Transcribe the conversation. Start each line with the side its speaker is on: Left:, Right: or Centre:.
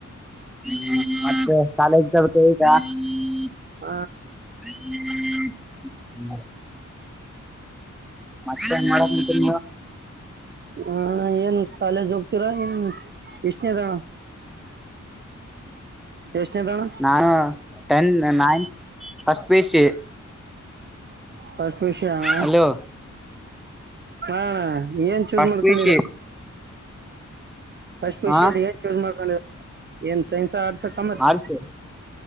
Centre: <inaudible> <unintelligible> <unintelligible>
Right: ಸ್
Centre: <inaudible> ಮತ್ತ ಮಾಡಕ ಕುಂತೇರಿ ನೀವಾ
Right: ಹ್ಮ್ ಏನ್ ಕಾಲೇಜ್ ಹೋಗ್ತೀರಾ ಇನ್ ಎಷ್ಟನೇದನ ಎಷ್ಟನೇದಣ
Centre: ನಾನು ten ninth past P U C
Right: first P U C ಅಣ್ಣ
Centre: ಹಲೋ
Right: ಹಾ ಏನ್ choose
Centre: first
Right: ಮಾಡ್ಕೊಂಡಿದ್ರ
Centre: P U C
Right: ಪಾಸ್ಟ್ ಪಿ
Centre: ಹಾ
Right: ಯು ಸಿಯಲ್ಲಿ ಏನ್ ಚೂಸ್ ಮಾಡ್ಕೊಂಡ ಏನ್ ಸೈನ್ಸ್ ಆಟ್ಸ್ ಕಮರ್ಸ
Centre: ಆರ್ಟ್ಸ್